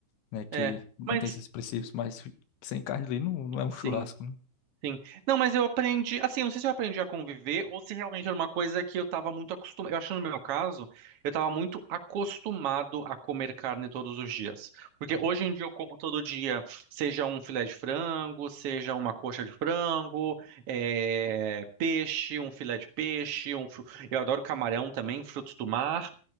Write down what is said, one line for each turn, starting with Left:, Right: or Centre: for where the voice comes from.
Left: né? Que
Right: É.
Left: não
Right: Mas,
Left: tem esses princípios, mas sem carne ali não, não é um
Right: sim.
Left: churrasco, né?
Right: Sim. Não, mas eu aprendi, assim, eu não sei se eu aprendi a conviver ou se realmente era uma coisa que eu estava muito acostumado. Eu acho que no meu caso, eu estava muito acostumado a comer carne todos os dias. Porque hoje em dia eu como todo dia, seja um filé de frango, seja uma coxa de frango, é, peixe, um filé de peixe, um... fru- eu adoro camarão também, frutos do mar.